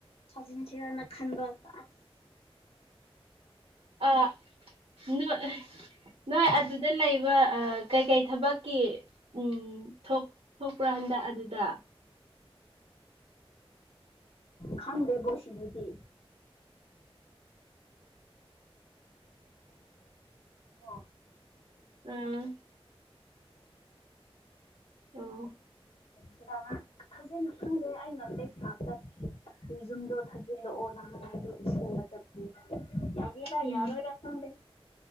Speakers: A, on the left; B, on the right.
A: ꯊꯥꯖꯤꯟꯁꯤꯔꯅ ꯈꯟꯕ ꯁꯥꯁ
B: ꯑꯥ ꯅꯣꯏ ꯑꯍ ꯅꯣꯏ ꯑꯗꯨꯗ ꯂꯩꯕ ꯑ ꯀꯩ ꯀꯩ ꯊꯕꯛꯀꯤ ꯎꯝ ꯊꯣꯛ ꯊꯣꯛꯄ꯭ꯔꯣ ꯍꯟꯗꯛ ꯑꯗꯨꯗ
A: ꯈꯥꯟꯗꯦꯕꯣ ꯁꯤꯗꯗꯤ ꯣ
B: ꯎꯝ ꯑꯣ
A: ꯁꯤꯗꯅ ꯊꯥꯖꯅ ꯈꯪꯖꯦ ꯑꯩꯅ ꯑꯝ ꯞꯇ ꯌꯨꯝꯗꯣ ꯊꯥꯖꯤꯜꯂꯛꯑꯣ ꯅꯍꯥꯟꯗꯣ ꯏꯕ ꯆꯠꯄꯅꯤꯅ ꯌꯥꯉꯔ
B: ꯎꯝ
A: ꯌꯥꯔꯣ ꯏꯔ ꯊꯦ